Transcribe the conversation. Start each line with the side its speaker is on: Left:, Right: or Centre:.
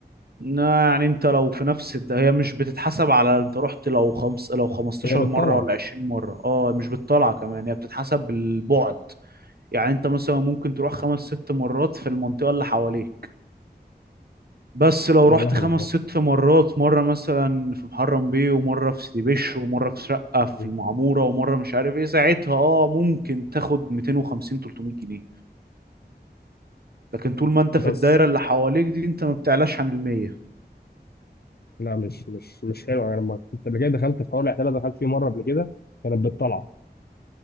Right: نا- يعني انت لو في نفس الد... هي مش بتتحسب على انت رحت لو خمس لو 15
Left: هي بالطلعة
Right: مرة ولا 20 مرة اه مش بالطلعة كمان هي بتتحسب بالبعد يعني انت مثلا ممكن تروح خمس ست مرات في المنطقة اللي حواليك بس لو
Left: ده
Right: رحت
Left: ده واحد
Right: خمس
Left: يبقى.
Right: ست مرات مرة مثلا في محرم بيه ومرة في سيدي بشر ومرة في شقة
Left: مم.
Right: في المعمورة ومرة مش عارف ايه ساعتها اه ممكن تاخد 250 300 جنيه لكن طول ما انت في
Left: بس
Right: الدايرة اللي حواليك دي انت ما بتعلاش عن المية
Left: لا مش مش مش حلو أنا لما كنت قبل كده دخلت في حوار العتالة دخلت فيه مرة قبل كده كانت بالطلعة